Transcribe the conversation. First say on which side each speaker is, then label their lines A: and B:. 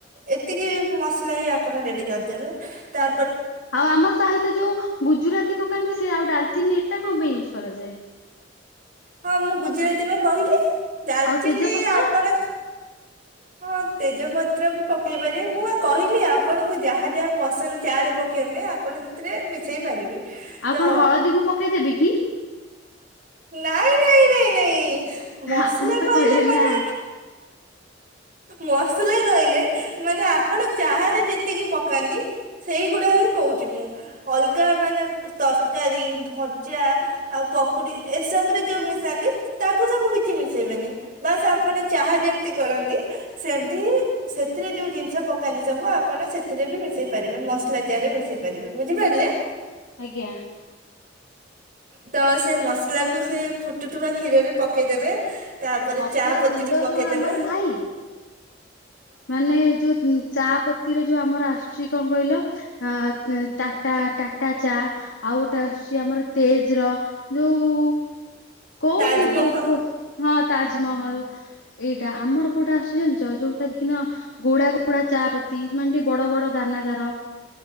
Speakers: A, on the right (about 50°); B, on the left (about 80°).
A: ଏତିକି ମସଲା ହି ଆପଣ ରେଡି କରିଦେବେ ତା
B: ଆଉ ଆମର ସହିତ ଯୋଉ ଗୁଜୁରାତି ପକାନ୍ତି ସେ ଆଉ ଡାଲଚିନି ଏଟା ୟୁଜ୍ କରାଯାଏ।
A: ହଁ ମୁଁ ଗୁଜୁରାତି ବା କହିଲି। ଡାଲଚିନି
B: ଆଉ ତେଜପତ୍ର
A: ଆପଣ ହଁ ତେଜପତ୍ର ବି ପକେଇ ପାରିବେ ମୁଁ କହିଲି ଆପଣଙ୍କୁ ଯାହା ଯାହା ପସନ୍ଦ ତା ରେ ପକେଇବା ପାଇଁ ଆପଣ ସେଥିରେ। ହେଇପାରିବେ
B: ଆଉ
A: ତ
B: କଣ ହଳଦୀ ମୁଁ ପକେଇଦେବି କି
A: ନାଇଁ ନାଇଁ ନାଇଁ ନ ମସଲା
B: ଆପଣ ତ
A: କହିଲେ ମାନେ
B: ନା।
A: ମସଲା କହିଲେ ମାନେ ଆପଣ ଚାହାରେ ଯେତିକି ପକାନ୍ତି ସେଇଗୁଡ଼ା ହିଁ କହୁଛି ମୁଁ ଅଲଗା ମାନେ ତରକାରୀ ଭଜା ଆଉ ପକୁଡ଼ି ଏସବୁରେ ଯୋଉ ମିଶାନ୍ତି ତାକୁ ସବୁ କିଛି ମିଶେଇବେନି ବାସ୍ ଆପଣ ଚାହା ଯେମତି କରନ୍ତି ସେମିତି ହି ସେଥିରେ ଯୋଉ ଜିନିଷ ପକାନ୍ତି ସବୁ ଆପଣ ସେଥିରେ ବି ମିଶେଇ ପାରିବେ ମସଲା ଚାହା ରେ ମିଶେଇ ପାରିବେ ବୁଝିପାରିଲେ।
B: ଆଜ୍ଞା।
A: ତ ସେ ମସଲା କୁ ସେ ଫୁଟୁଥିବା କ୍ଷୀରରେ ପକେଇଦେବେ ତାପରେ
B: ମସଲା
A: ଚା ପତି
B: ଗୁଣ୍ଡ
A: ବି ପକେଇଦବେ।
B: ଯୋଉ ଆମର ନାହିଁ ମାନେ ଯୋଉ ଚା ପତିର ଯୋଉ ଆମର ଆସୁଛି କଣ କହିଲ ଅଟା ଟାଟା ଚା ଆଉ ଗୋଟେ ଆସୁଛି ଆମର ତେଜ ର ଯୋଉ କହୁଛି
A: ତାଜମହଲ
B: କ କୁହ ହଁ ତାଜମହଲ ଏଇଟା ଆମର କୋଉଟା ଆସୁଛି ଜାଣିଛ ଯୋଉ ଟା ଦେଖିନ ଗୋଡା ଗୋଡା ଚା ପ ତି ମାନେ ଟିକେ ବଡ ବଡ ଦାନା ତାର